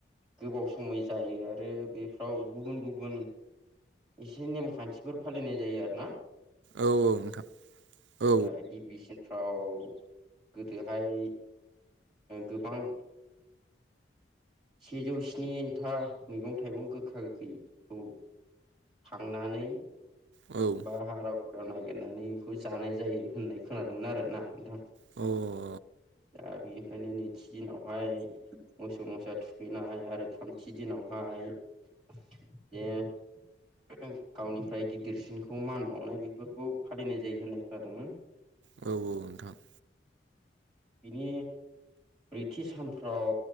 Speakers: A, in the centre; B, on the right.
A: गोबाव समाय जायो आरो बेफ्राव गुबुन गुबुन एसे नेम खान्थिफोर फालिनाय जायो आरो ना
B: औ नोंथां औ
A: दा गिबि सिन फाव गोदोहाय गोबां सेजौ स्नि था मैगं थाइगं गोखा गोखैखौ खांनानै
B: औ
A: बा हाग्रा बंग्रा नागिरनानै बेखौ जानाय जायो होननाय खोनादोंमोन आरो ना नोंथां
B: औ
A: दा बिनिखायनो नै थि दिनाव हाय मोसौ मोसा थुखैनाय आरो थामथि दिनावहाय <unintelligible> गावनिफ्राय गिदिरसिनखौ मान बावनाय बेफोरखौ फालिनाय जायो होननाय खोनादोंमोन
B: औ औ नोंथां
A: बिनि ब्रैथि सानफ्राव